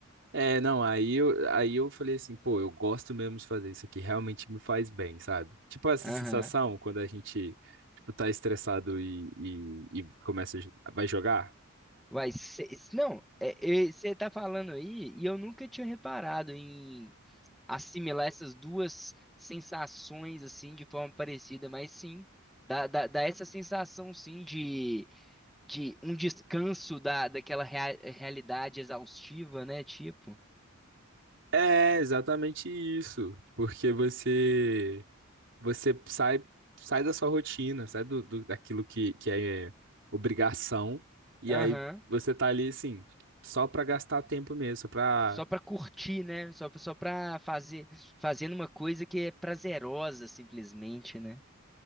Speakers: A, on the right (about 60°); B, in the centre.
A: É, não, aí eu, aí eu falei assim, pô, eu gosto mesmo de fazer isso aqui, realmente me faz bem, sabe? Tipo essa
B: Aham.
A: sensação quando a gente, tipo, tá estressado e, e, e começa, a jo- vai jogar.
B: Uai, cê- cê- não, você tá falando aí e eu nunca tinha reparado em assimilar essas duas sensações assim de forma parecida, mas sim, dá, dá, dá essa sensação sim de, de um descanso da, daquela rea- realidade exaustiva, né? Tipo.
A: É exatamente isso, porque você você sai, sai da sua rotina, sai do, do- daquilo que, que é é, obrigação, e
B: Aham.
A: aí você tá ali, assim, só pra gastar tempo mesmo, só pra...
B: Só pra curtir, né? Só, pra- só pra fazer, fazendo uma coisa que é prazerosa, simplesmente, né?